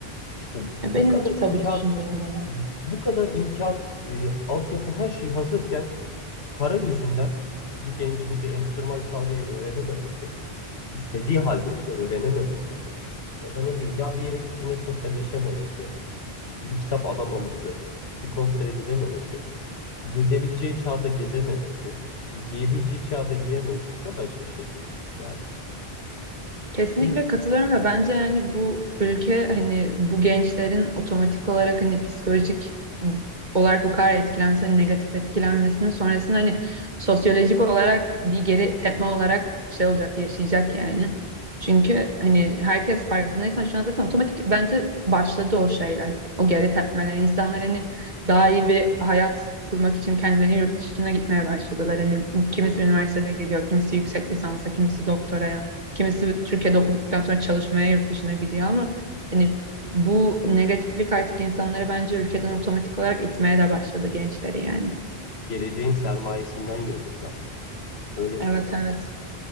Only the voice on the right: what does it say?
E, Benimki
tabii
düşündüğün zaman.
Kesinlikle
katılıyorum ve bence yani bu ülke hani bu gençlerin otomatik olarak hani psikolojik olarak bu kadar etkilenmesi, hani negatif etkilenmesinin sonrasında hani sosyolojik olarak bir geri tepme olarak şey olacak, yaşayacak yani. Çünkü hani herkes farkındaysan şu an zaten otomatik bence başladı o şeyler, o geri tepmeler. İnsanlar hani daha iyi bir hayat kurmak için kendilerini yurt dışına gitmeye başladılar. Hani kimisi
üniversitede gidiyor, kimisi yüksek lisansa, kimisi doktoraya. Kimisi Türkiye'de okuduktan sonra çalışmaya yurt dışına gidiyor ama hani bu negatiflik artık insanları bence ülkeden otomatik olarak itmeye de başladı gençleri yani.
Evet evet